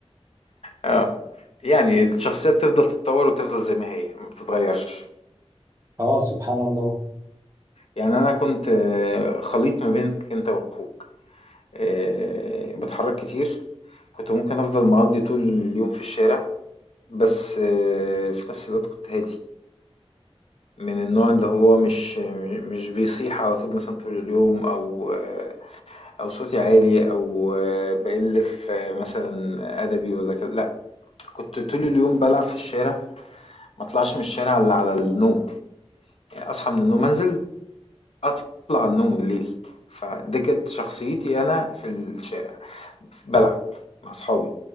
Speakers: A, on the left (about 65°); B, on the right (about 30°).
A: آه، يعني الشخصية بتفضل تتطوّر وتفضل زي ما هي، ما بتتغيّرش.
B: اه سبحان الله
A: يعني أنا كنت آه، خليط ما بينك أنت وأخوك، آآ باتحرّك كتير، كنت ممكن أفضل مقضّي طول اليوم في الشارع، بس آه، في نفس الوقت كنت هادي، من النوع اللي هو مش م مش بيصيح على طول مثلًا طول اليوم أو آه، أو صوتي عالي أو آه، بقل في آه، مثلا أدبي ولا كده لأ كنت طول اليوم بلعب في الشارع ما أطلعش من الشارع إلا على النوم يعني أصحى من النوم أنزل أطلع النوم بالليل فدي كانت شخصيتي أنا في الشارع بلعب مع أصحابي